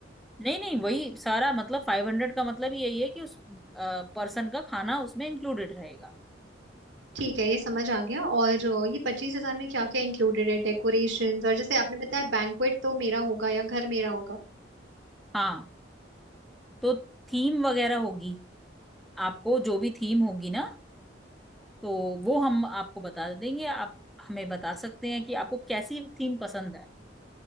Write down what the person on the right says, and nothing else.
ठीक है ये समझ आ गया और अ, ये पच्चीस हजार में क्या क्या इंक्लूडेड है डेकोरेशंस और जैसे आपने बताया बैंक्वेट तो मेरा होगा या घर मेरा होगा